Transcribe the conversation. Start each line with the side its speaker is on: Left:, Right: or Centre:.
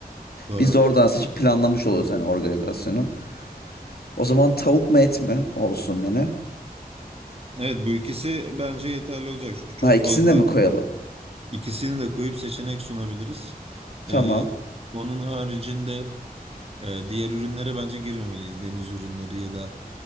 Right: Doğru.
Left: Biz de oradan seçip planlamış oluyoruz hani organizasyonu. O zaman tavuk mu et mi olsun menü?
Right: Evet bu ikisi bence yeterli olacak çünkü çok
Left: Ha ikisini
Right: fazla
Left: de mi koyalım?
Right: ikisini de koyup seçenek sunabiliriz.
Left: Tamam.
Right: Ee, onun haricinde e, diğer ürünlere bence girmemeliyiz. Deniz ürünleri ya da